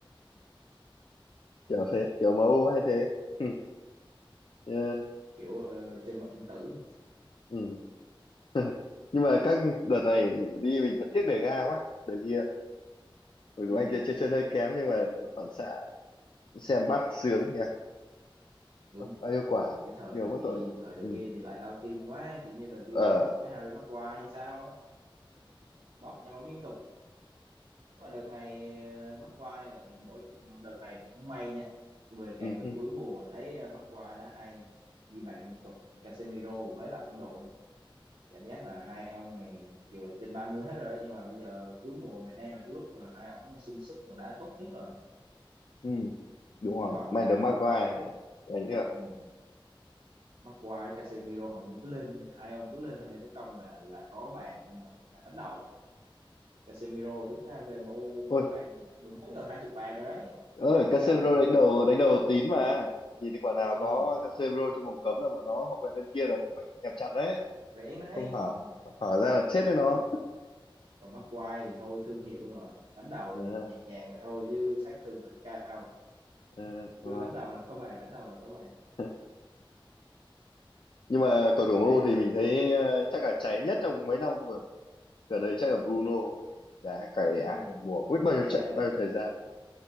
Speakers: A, on the left; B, on the right.
A: kiểu thế, kiểu MU hay thế. Ừ. Ờ,
B: kiểu ờ, chân mệnh thiên tử
A: ừ. <laughs> Nhưng mà các đợt này đi mình vẫn tiếc để ga quá, để kia. Mặc
B: ừ
A: dù anh kia chơi chân hơi kém nhưng mà phản xạ xem bắt sướng nha.
B: đúng
A: Bao nhiêu quả,
B: mà cái thời
A: nhiều
B: De
A: quá
B: Gea
A: tội.
B: thời De
A: Ừ.
B: Gea thì lại đau tim quá kiểu như De Gea
A: Ờ.
B: không hợp với Harry Maguire hay sao ấy bóp nhau liên tục mà đợt này ờ, McQuarrie lại mỗi đợt này cũng may nha về càng
A: Ừ.
B: về
A: Ừ.
B: cuối mùa thấy ờ, McQuarrie đã hay ghi bàn liên tục Casemiro cũng lấy lại phong độ nữa cảm giác là hai ông này mặc dù là trên 30 hết rồi đó, nhưng mà bây giờ cuối mùa này đang là cái lúc mà hai ổng sung sức và đá tốt nhất rồi
A: ừ. Đúng rồi,
B: hy vọng
A: mày
B: là
A: được Maguire đánh được.
B: ừ, McQuarrie Casemiro hầu như cứ lên hai ông cứ lên tham gia tấn công là là có bàn nhưng mà là đánh đầu Casemiro tính ra về MU
A: Ôi,
B: ghi bàn mười mấy gần hai chục bàn rồi đấy
A: ơi
B: tính
A: Casemiro
B: ra là tiền
A: đánh
B: vệ
A: đầu
B: phòng
A: đánh
B: ngự
A: đầu tín mà nhìn thấy quả nào
B: Ờ,
A: có Casemiro trong vòng cấm là bọn nó hậu vệ bên kia là cũng phải kẹp chặt đấy
B: rẻ đấy
A: không hở
B: ừ.
A: hở ra là chết với nó
B: còn mắc còn mắc quai thì thôi thương hiệu luôn rồi đánh đầu
A: Ờ,
B: nhìn nhẹ nhàng vậy thôi chứ sát thương cực cao
A: ờ, đúng
B: cứ
A: rồi.
B: đánh đầu là có bàn đánh đầu là có bàn
A: <laughs> nhưng mà cầu thủ MU
B: đấy ờ,
A: thì mình thấy ờ, chắc là cháy nhất trong mấy năm vừa gần đây chắc là Bruno đã cày ải
B: ừ.
A: một mùa không biết bao nhiêu
B: cái
A: trận
B: đấy là
A: bao nhiêu thời gian